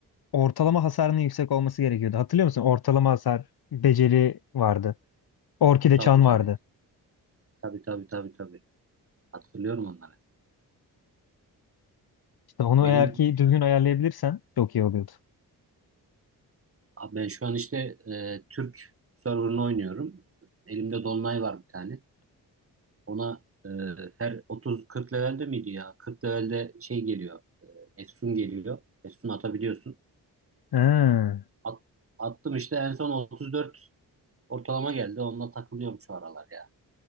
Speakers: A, on the left; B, on the right.
A: ortalama hasarının yüksek olması gerekiyordu. Hatırlıyor musun? Ortalama hasar beceri vardı. Orkide
B: Tabii
A: çan
B: tabii.
A: vardı.
B: Tabii tabii tabii tabii. Hatırlıyorum onları.
A: İşte onu
B: Benim
A: eğer ki düzgün ayarlayabilirsen çok iyi oluyordu.
B: abi ben şu an işte e, Türk server'ını oynuyorum. Elimde Dolunay var bir tane. Ona e, her 30-40 levelde miydi ya? 40 levelde şey geliyor. Efsun geliyor. Efsun atabiliyorsun.
A: Ha.
B: At- attım işte en son 34 ortalama geldi. Onunla takılıyorum şu aralar ya.